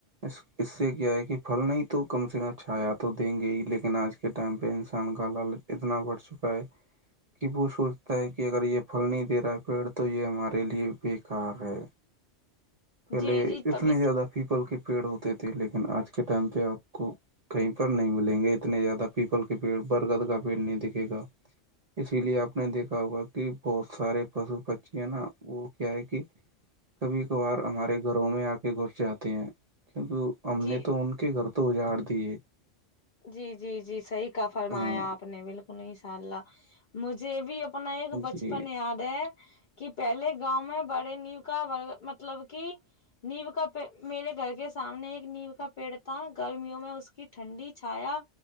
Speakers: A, on the right (about 45°); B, on the left (about 50°).
A: اس اس سے کیا ہے کہ پھل نہیں تو کم سے کم چھایا تو دیں گے ہی لیکن آج کے ٹائم پہ انسان کا لال اتنا بڑھ چکا ہے
B: <unintelligible>
A: کہ وہ سوچتا ہے کہ اگر یہ پھل نہیں دے رہا ہے پیڑ تو یہ ہمارے لیے بیکار ہے پہلے
B: جی جی
A: اتنے
B: طبیعت
A: زیادہ پیپل کے پیڑ ہوتے تھے لیکن آج کے ٹائم پہ آپ کو کہیں پر نہیں ملیں گے اتنے زیادہ پیپل کے پیڑ برگد کا پیڑ نہیں دکھے گا اسی لیے آپ نے دیکھ ہوگا کہ بہت سارے پشو پچیا نہ وہ کیا ہے کہ کبھی کبھار ہمارے گھروں میں آ کے گھس جاتے ہیں کیونکہ ہم
B: جی
A: نے تو ان کے گھر تو اجاڑ دی ہے
B: جی جی جی صحیح کا فرمایا
A: ہاں
B: آپ نے بالکل ان شاء اللہ مجھے بھی اپنا ایک بچپن
A: جی
B: یاد ہے کہ پہلے گاؤں میں بڑے نیو کا مطلب کہ نیو کا میرے گھر کے سامنے ایک نیو کا پیڑ تھا گرمیوں میں اس کی ٹھنڈی چھایا